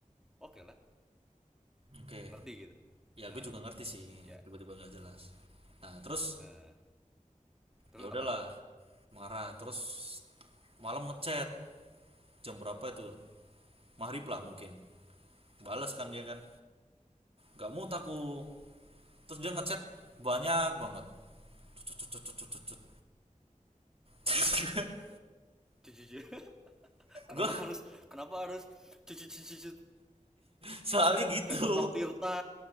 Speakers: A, in the centre; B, on the right (about 45°).
A: oke okay lah,
B: Oke.
A: ngerti gitu.
B: Ya
A: Eh,
B: gue juga ngerti sih
A: ya.
B: tiba-tiba gak jelas. Nah terus
A: eh. terus
B: ya udahlah
A: apa?
B: marah terus malam ngechat jam berapa itu maghrib lah mungkin balas kan dia kan gak mood aku terus dia ngechat banyak banget Cet, cet, cet, cet, cet, cet. <laughs>
A: Jujur. <laughs> kenapa
B: gue
A: harus kenapa harus cuci cuci cuci
B: soalnya
A: kayak
B: gitu
A: kayak dokter Tirta